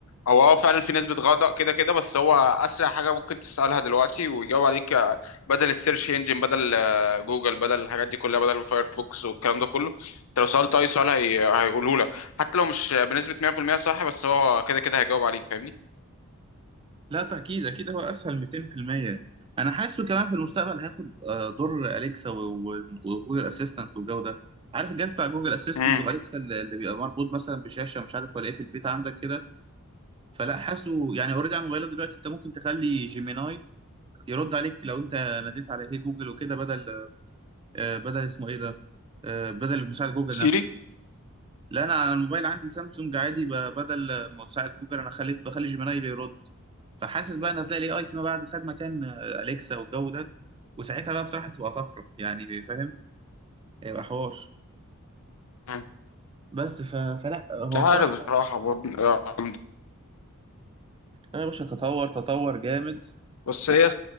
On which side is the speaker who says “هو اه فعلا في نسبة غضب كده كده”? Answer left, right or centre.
Left